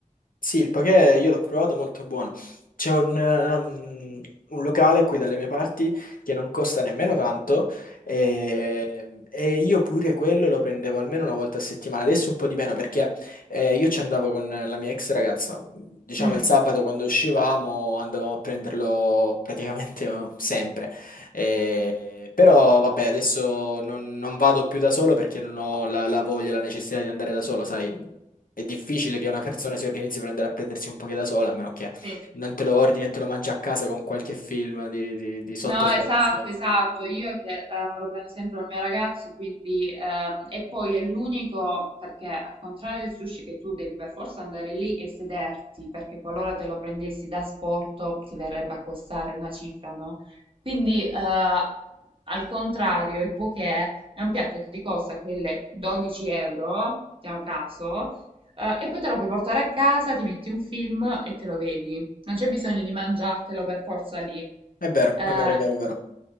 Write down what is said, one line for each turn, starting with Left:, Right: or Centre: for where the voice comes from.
Left: Sì, il poké io l'ho provato, molto buono. C'è un, um, un locale qui dalle mie parti che non costa nemmeno tanto e, e io pure quello lo prendevo almeno una volta a settimana. Adesso un po' di meno perché eh, io ci andavo con la mia ex ragazza. Diciamo
Right: Mm,
Left: il sabato quando uscivamo andavamo a prenderlo praticamente eh, sempre. Eh, però vabbè, adesso non, non vado più da solo perché non ho la, la voglia, la necessità di andare da solo, sai. È difficile che una persona si organizzi per andare a prendersi un poche da sola, a meno che
Right: sì.
Left: non te lo ordini e te lo mangi a casa con qualche film di, di- di sottofondo.
Right: No, esatto, esatto. Io che eh, me lo prendo sempre col mio ragazzo, quindi ehm, e poi è l'unico perché al contrario del sushi che tu devi per forza andare lì e sederti, perché qualora te lo prendessi da sporto ti verrebbe a costare una cifra, no? Quindi eh, al contrario, il poké è un piatto che ti costa quelle 12 euro, mettiamo caso, eh, e poi te lo puoi portare a casa, ti metti un film e te lo vedi non c'è bisogno di mangiartelo per forza lì.
Left: È vero,
Right: Eh,
Left: è vero, è vero, è vero.